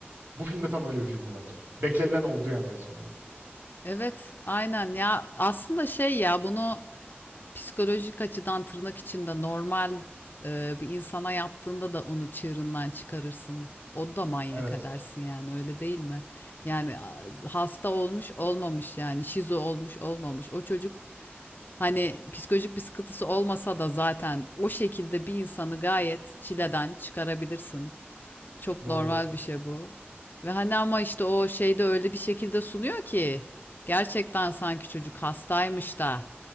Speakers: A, on the right (about 65°); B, on the left (about 50°).
A: Bu filmde tam öyle bir filmdi bence. Beklenilen oldu yani en sonunda.
B: Evet, aynen ya aslında şey ya bunu psikolojik açıdan tırnak içinde normal e, bir insana yaptığında da onu çığırından çıkarırsın. O da manyak
A: Evet.
B: edersin yani öyle değil mi? Yani a- hasta olmuş olmamış yani şizo olmuş olmamış. O çocuk hani psikolojik bir sıkıntısı olmasa da zaten o şekilde bir insanı gayet çileden çıkarabilirsin. Çok
A: Doğru.
B: normal bir şey bu. Ve hani ama işte o şeyde öyle bir şekilde sunuyor ki gerçekten sanki çocuk hastaymış da